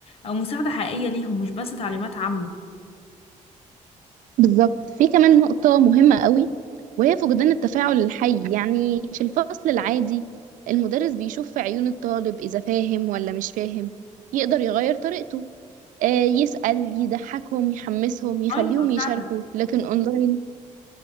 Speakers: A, on the left; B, on the right.
A: أو مساعدة حقيقية ليهم مش بس تعليمات عامة
B: بالظبط في كمان نقطة مهمة قوي وهي فقدان التفاعل الحي يعني في الفصل العادي المدرس بيشوف في عيون الطالب إذا فاهم ولا مش فاهم يقدر يغير طريقته آه، يسأل يضحكهم يحمسهم يخليهم
A: أيوة
B: يشاركوا
A: فعلا
B: لكن اونلاين